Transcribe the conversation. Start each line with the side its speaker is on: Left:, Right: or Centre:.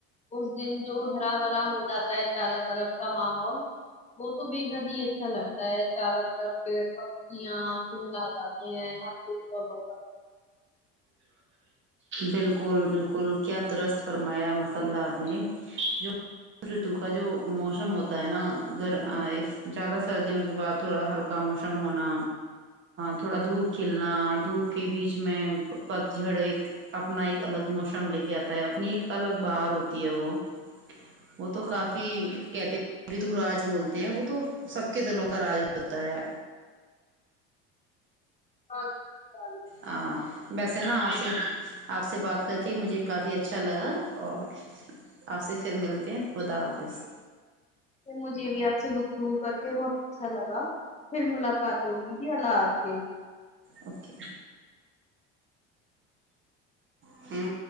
Left: اس دن جو ہرا بھرا ہو جاتا ہے چارا طرف کا ماحول وہ تو بے حد ہی اچھا لگتا ہے چاروں طرف پیڑ یہاں پھول آ جاتے ہیں <unintelligible>
Right: بالکل بالکل کیا درست فرمایا مساللہ آپ نے <unintelligible> جو ریتو کا جو موسم ہوتا ہے نا گھر زیادہ سردیوں کے بعد تھوڑا ہلکا کا موسم ہونا تھوڑا دھوپ کھلنا اور دھوپ کے بیچ میں پت چھڑ ایک اپنا ایک الگ موسم لے کے آتا ہے اپنی ایک الگ بہار ہوتی ہے وہ وہ تو کافی کہتے رتو راج بولتے ہیں وہ تو سب کے دلوں کا راج ہوتا ہے
Left: <unintelligible>
Right: ہاں ویسے آج سے نہ آپ سے بات کر کے مجھے کافی اچھا لگا اور آپ سے پھر ملتے ہیں خدا حافظ
Left: مجھے بھی آپ سے گفتگو کر کے بہت اچھا لگا پھر ملاقات ہوگئی جی اللہ حا فظ
Right: اوکے ہوں